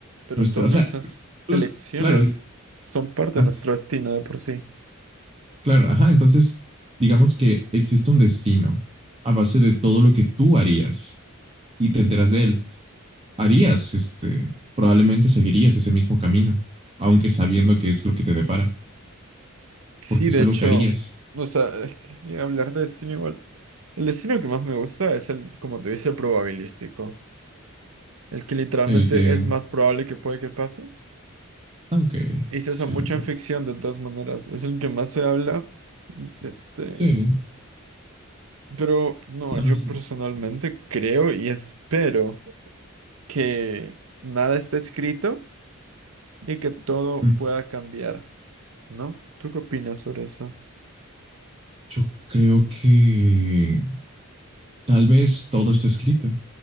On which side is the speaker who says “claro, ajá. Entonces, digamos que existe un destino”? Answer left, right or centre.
Right